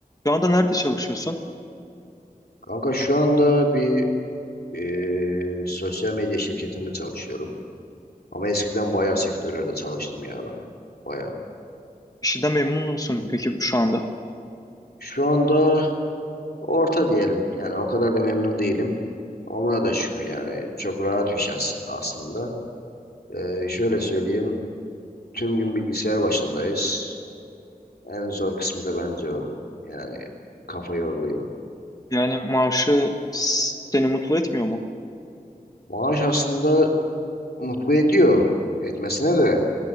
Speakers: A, on the left; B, on the left.
A: Şu anda nerede çalışıyorsun?
B: Kanka şu anda bir eee, sosyal medya şirketinde çalışıyorum. Ama eskiden bayağı sektörlerde çalıştım ya ben. Bayağı.
A: İşinden memnun musun peki şu anda?
B: Şu anda orta diyelim. Yani o kadar da memnun değilim. Ama buna da şükür yani. Çok rahat bir şey as- aslında. Eee, şöyle söyleyeyim. Tüm gün bilgisayar başındayız. En zor kısmı da bence o. Yani kafa yoruluyor.
A: Yani maaşı s- seni mutlu etmiyor mu?
B: Maaş aslında mutlu ediyor. Etmesine de.